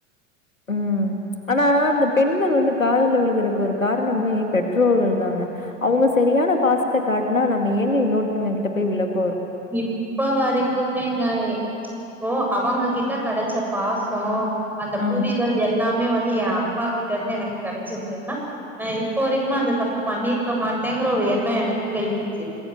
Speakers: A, on the left; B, in the centre.
A: உம் ஆனா அந்த பெண்கள் வந்து காதல்ல விழுகுறக்கு ஒரு காரணமே பெற்றோர்கள் தாங்க அவங்க சரியான பாசத்த காட்னா நம்ம ஏங்க இன்னொருத்தவங்க கிட்ட போய் விளப்
B: இப்ப வரைக்குமேங்க ஓ அவங்க கிட்ட கெடச்ச பாசோ அந்த
A: ஆ
B: புரிதல் எல்லாமே வந் என் அப்பா கிட்ட இருந்து எனக்கு கெடச்சது எதுனா நா இப்போ வரைக்குமே அந்த தப்பு பண்ணிருக்க மாட்டேங்குற ஒரு எண்ணோ எனக்குள்ள இருக்கு